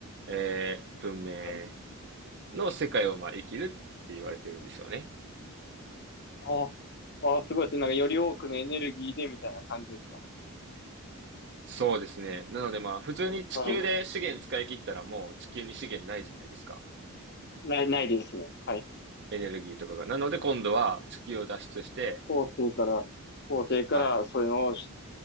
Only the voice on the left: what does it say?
はい
ああ、あすごいです。なんかより多くのエネルギーでみたいな感じですか。
はそない、ないですね。はい。
後世から、後世からそういうのをし